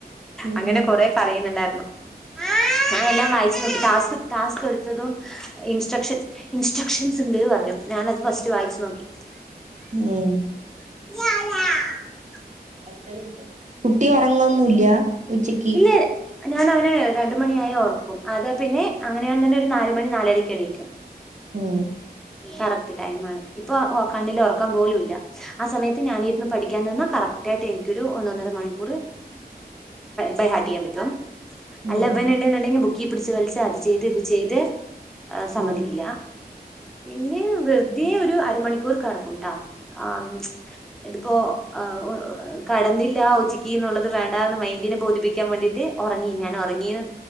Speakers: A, on the right (about 45°); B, in the centre.
A: ഉം
B: അങ്ങനെ കൊറെ പറയുന്നുണ്ടായിരുന്നു. ഞാൻ എല്ലാം വായിച്ച് നോ ടാസ്ക് ടാസ്ക് എടുത്തതും ഇൻസ്ട്രക്ഷൻ ഇൻസ്ട്രക്ഷൻസ് ഉണ്ട് പറഞ്ഞു ഞാനത് ഫസ്റ്റ് വായിച്ച്. നോക്കി.
A: ഉം
B: എ എ
A: പത്ത് മിനുട്ട് കുട്ടി ഉറങ്ങൊന്നുംഇല്ലാ ഉച്ചക്ക്
B: ഇല്ല ഞാൻ അവനെ രണ്ട് മണിയായാൽ ഉറക്കും അത് പിന്നെ അങ്ങനെയാണന്ന് ഒരു നാല് മണി നാലരക്ക് എണീക്കും
A: ഉം.
B: കറക്റ്റ് ടൈമാണ് ഇപ്പൊ ഒ കണ്ണിൽ ഉറക്കം പോലുംല്ല ആ സമയത്ത് ഞാനിരുന്ന് പഠിക്കാൻ നിന്നാൽ കറക്റ്റ് ക്ക്റ്റാട്ട് എനിക്ക് ഒരു ഒന്ന് ഒന്നര മണി കൂർ ബൈഹാർട്ട് ചെയ്യാൻ പറ്റും അല്ല
A: ഉം
B: ഇവൻ ഉണ്ടെന്നുണ്ടെങ്കിൽ ബു ക്കിൽ പിടിച്ചു വലിച്ച് അത് ചെയ്ത് ഇത് ചെയ്ത് സമ്മതിക്കില്ല.
A: ഉം
B: പിന്നെ വെറുതെ ഒരു അരമണിക്കൂർ കടക്കുംട്ടാ ആ ഇതിപ്പോ ആ ഒ കെടന്നില്ല ഉച്ച ക്ക് എന്നുള്ളത് വേണ്ടുന്ന മൈന്ഡിനെ ബോധിപ്പിക്കാൻ വേണ്ടിട്ട് ഉറങ്ങി ഞാൻ ഉറങ്ങീന്ന്